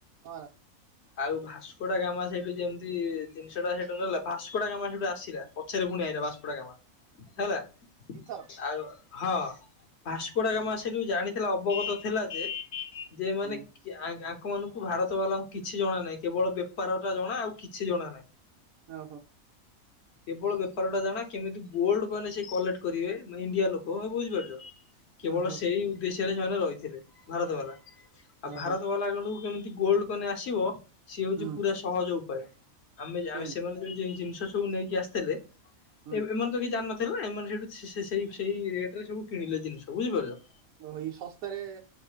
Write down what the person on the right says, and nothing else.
ହଁ
ଦିଥର।
ହୁଁ
ଓ ହୋ।
ଓହୋ
ଓହୋ
ହୁଁ
କେମିତି
ହୁଁ।
ହଁ ଏଇ ଶସ୍ତାରେ